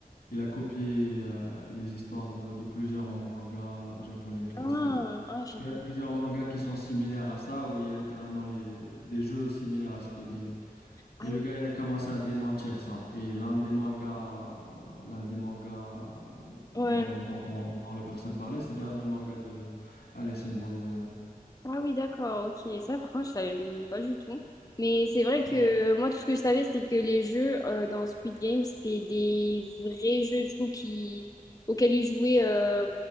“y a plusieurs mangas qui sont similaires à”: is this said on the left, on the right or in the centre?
Left